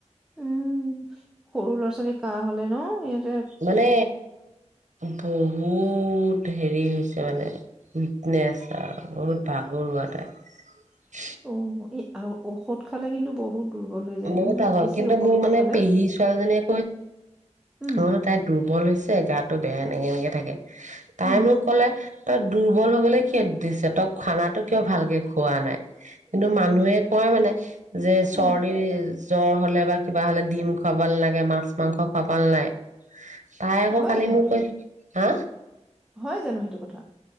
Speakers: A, in the centre; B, on the right.
A: উম, সৰু ল'ৰা ছোৱালী কাহ হলে ন এই
B: মানে বহুত হেৰি হৈছে মানে -উইকনেছ আৰু বহুত ভাগৰুৱা তাই।
A: অ এই আৰু ঔষধ খালে কিন্তু বহুত দুৰ্বল হৈ যায়
B: বহুত
A: ন?
B: আগৰ
A: বেছি
B: কিন্তু
A: ঔষধ
B: মোৰ
A: সোপা
B: মানে
A: খালে।
B: পেহী ছোৱালীজনীয়ে
A: উম,
B: কৈছে <unintelligible> তাই দুৰ্বল হৈছে গাটো বেয়া এনেকে এনেকে থাকে। তাই
A: উম,
B: মোক কলে তই দুৰ্বল হবলে কিয় দিছে তই খানাটো কিয় ভালকে খোৱা নাই কিন্তু মানুহে কয় মানে যে
A: এ,
B: চৰ জ্বৰ হলে বা কিবা হ'লে ডিম খোৱাব নালাগে মাছ মাংস খোৱাব নালাগে। তাই আকৌ
A: এই হয়
B: কালি
A: জানো
B: মোক
A: সেইটো?
B: কৈছে হা?
A: হয় জানো সেইটো কথা?